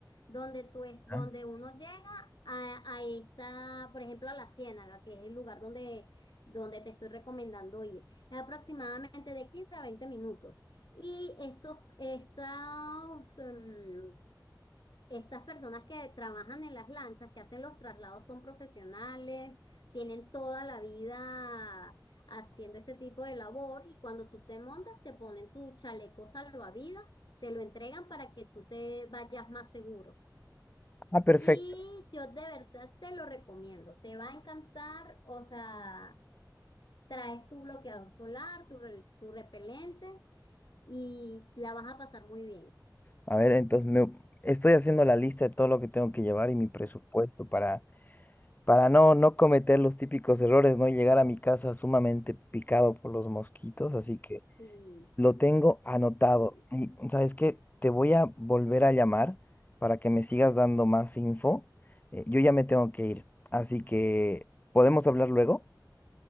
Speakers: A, on the left; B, on the left.
A: donde tú es, donde
B: ah.
A: uno llega a, a esta, por ejemplo, a la Ciénaga, que es el lugar donde, donde te estoy recomendando ir. Es aproximadamente de 15 a 20 minutos. Y estos, estos, em, estas personas que trabajan en las lanchas, que hacen los traslados, son profesionales, tienen toda la vida haciendo ese tipo de labor y cuando tú te montas te ponen tu chaleco salvavidas, te lo entregan para que tú te vayas más seguro.
B: Ah, perfecto.
A: Y yo de verdad te lo recomiendo, te va a encantar, o sea, traes tu bloqueador solar, tu, re- tu repelente y la vas a pasar muy bien.
B: A ver, entonces me, estoy haciendo la lista de todo lo que tengo que llevar y mi presupuesto para para no, no cometer los típicos errores, ¿no? Y llegar a mi casa sumamente picado por los mosquitos, así que
A: Sí,
B: lo tengo anotado.
A: sí,
B: Y ¿sabes qué? Te voy a volver a llamar para que me sigas dando más info. Eh, yo ya me tengo que ir, así que ¿podemos hablar luego?